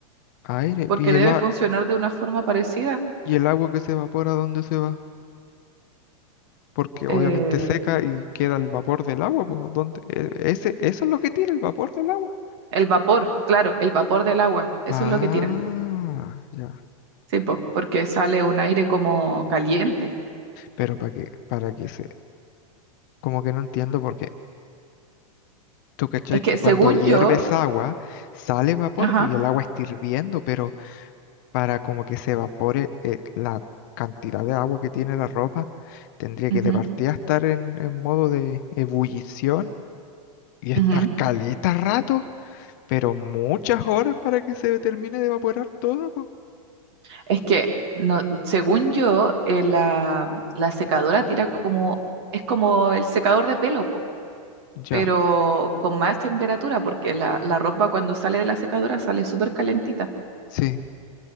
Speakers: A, on the left; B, on the right.
A: Aire.
B: porque
A: ¿Y
B: debe
A: el, a-
B: funcionar de una forma parecida.
A: y el agua que se evapora, dónde se va? Porque
B: Eh,
A: obviamente seca y queda el vapor del agua, po. ¿Dónde? E- Ese, eso es lo que tira, el vapor del agua.
B: el vapor, claro, el vapor del agua, eso
A: Ah,
B: es lo que tira.
A: ya.
B: Sí, po, porque sale un aire como caliente.
A: Pero para que, para que se... Como que no entiendo porque Tú cachai
B: Es que
A: que
B: según
A: cuando hierves
B: yo,
A: agua sale vapor,
B: ajá,
A: pues y el agua está hirviendo, pero para como que se evapore eh, la cantidad de agua que tiene la ropa, tendría
B: ujú,
A: que de partida estar en, en modo de ebullición y estar
B: ujú,
A: caleta rato, pero muchas horas para que se termine de evaporar todo, pues.
B: es que no, según yo, eh, la, la secadora tira como, es como el secador de pelo, po.
A: Ya,
B: pero con más temperatura, porque la, la ropa cuando sale de la secadora sale súper calentita.
A: sí.